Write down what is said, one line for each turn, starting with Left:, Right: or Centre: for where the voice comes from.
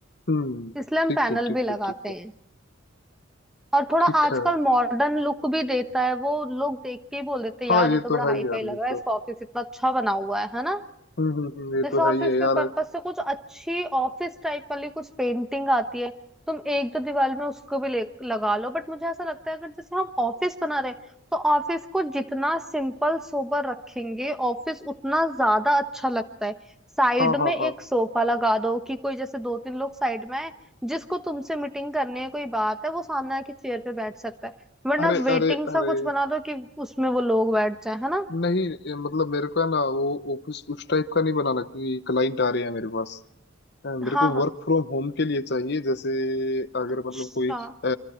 Left: हम्म
Centre: इसलिए हम
Left: ठीक
Centre: पैनल
Left: है ठीक
Centre: भी लगाते
Left: है ठीक है
Centre: हैं और थोड़ा
Left: ठीक
Centre: आजकल
Left: है
Centre: मॉडर्न लुक भी देता है वो लोग देख के ही बोल देते हैं
Left: हाँ
Centre: यार
Left: ये
Centre: ये तो बड़ा
Left: तो
Centre: हाई
Left: है
Centre: फाई
Left: यार
Centre: लग
Left: ये
Centre: रहा है
Left: तो
Centre: इसका ऑफिस इतना अच्छा बना हुआ है है ना
Left: हम्म हम्म हम्म, ये
Centre: जैसे
Left: तो
Centre: ऑफिस
Left: है ही है
Centre: के
Left: यार
Centre: पर्पस से कुछ अच्छी ऑफिस टाइप वाली कुछ पेंटिंग आती है तुम एक दो दीवार में उसको भी ले लगा लो बट मुझे ऐसा लगता है अगर जैसे हम ऑफिस बना रहे हैं तो ऑफिस को जितना सिंपल सोबर रखेंगे ऑफिस उतना ज्यादा अच्छा लगता है साइड
Left: हाँ हाँ
Centre: में एक
Left: हाँ
Centre: सोफा लगा दो कि कोई जैसे दो तीन लोग साइड में है जिसको तुमसे मीटिंग करनी है कोई बात है वो सामने आके चेयर पे बैठ सकता है वरना
Left: अरे
Centre: वेटिंग
Left: अरे
Centre: सा
Left: अरे
Centre: कुछ बना दो कि उसमें वो लोग बैठ जाए है ना
Left: नहीं ये मतलब मेरे को है ना वो ऑफिस उस टाइप का नहीं बनाना क्योंकि क्लाइंट आ रहे हैं मेरे पास अ,
Centre: हाँ
Left: मेरे को
Centre: हाँ
Left: वर्क फ्रॉम होम के लिए चाहिए जैसे अगर
Centre: अच्छा
Left: मतलब कोई आ,